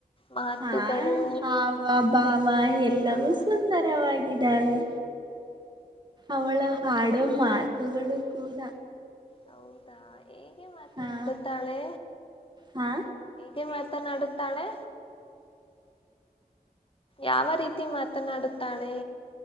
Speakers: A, on the left (about 35°); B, on the right (about 30°).
A: ಮಾತುಗಳು
B: ಹಾ ಹಾವ ಬಾವ ಎಲ್ಲವೂ
A: ಹ
B: ಸುಂದರವಾಗಿ ಇದವೆ ಅವಳ ಹಾಡೋ ಮಾತುಗಳು ಕೂಡ
A: ಹೌದಾ ಹೇಗೆ ಮಾತನಾಡುತ್ತಾಳೆ
B: ಹಾ ಹಾ
A: ಹ ಮಾತನಾಡುತ್ತಾಳೆ ಯಾವ ರೀತಿ ಮಾತನಾಡುತ್ತಾಳೆ